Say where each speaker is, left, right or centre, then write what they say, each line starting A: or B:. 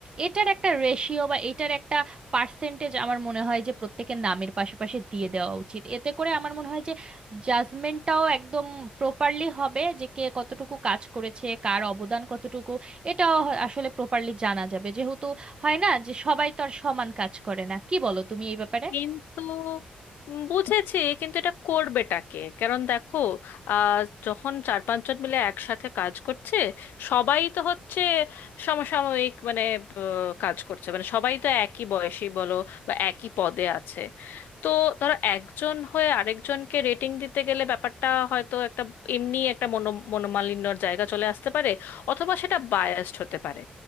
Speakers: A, on the right; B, on the left.
A: এটার একটা রেশিও বা এটার একটা পার্সেন্টেজ আমার মনে হয় যে প্রত্যেকের নামের পাশে পাশে দিয়ে দেওয়া উচিত এতে করে আমার মনে হয় যে জাজমেন্টটাও একদম প্রপারলি হবে যে কে কতটুকু কাজ করেছে কার অবদান কতটুকু এটাও হ- আসলে প্রপারলি জানা যাবে যেহেতু হয় না যে সবাই তো আর সমান কাজ করে না কি বলো তুমি এই ব্যাপারে
B: কিন্তু উম, বুঝেছি কিন্তু এটা করবেটাকে কারণ দেখো আহ যখন চার পাঁচজন মিলে একসাথে কাজ করছে সবাই তো হচ্ছে সমসাময়িক মানে আহ, কাজ করছে মানে সবাই তো একই বয়সী বলো বা একই পদে আছে তো ধরো একজন হয়ে আরেকজনকে রেটিং দিতে গেলে ব্যাপারটা হয়তো একটা এমনি একটা মনো মনোমালিন্যর জায়গা চলে আসতে পারে অথবা সেটা বায়াসড হতে পারে